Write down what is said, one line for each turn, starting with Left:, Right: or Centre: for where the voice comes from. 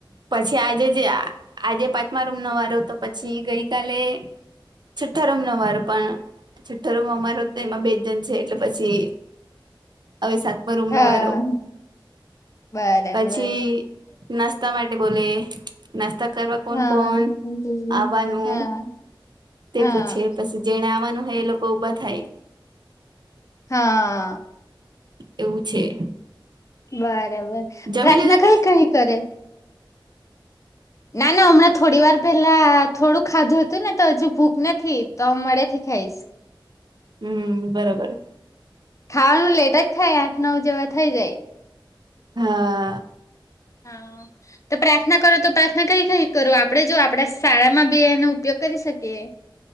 Right: પછી આજે જ આજે પાંચમા રૂમ ન વારો તો પછી ગઈકાલે. છઠ્ઠા રૂમ નો અમારો પણ છઠ્ઠા રૂમ અમારો તો એમાં બે જણ છે એટલે પછી. હવે સાતમા રૂમ
Left: હા
Right: નો વારો
Left: બરાબર
Right: પછી. નાસ્તા માટે બોલે નાસ્તા કરવા કોણ
Left: હા
Right: કોણ
Left: હા
Right: આવવાનું તે
Left: હા
Right: પૂછે પછી જેણે આવવાનું હોય એ લોકો ઊભા થાય
Left: હા.
Right: એવું છે.
Left: બરાબર
Right: જમી
Left: પ્રાર્થના
Right: લીધું
Left: કઈ
Right: કે
Left: કઈ કરે. ના ના હમણાં થોડી વાર પેલા થોડું ખાધું હતું ને તો હજુ ભૂખ નથી તો મોડે થી ખાઈશ.
Right: હમ બરોબર.
Left: ખાવાનું લેટ જ થાય આઠ નવ જવા થઈ જાય.
Right: હા.
Left: હા તો પ્રાર્થના કરો તો પ્રાર્થના કઈ કઈ કરો આપણેે જો આપણા શાળામાં બી એનો ઉપયોગ કરી શકીએ.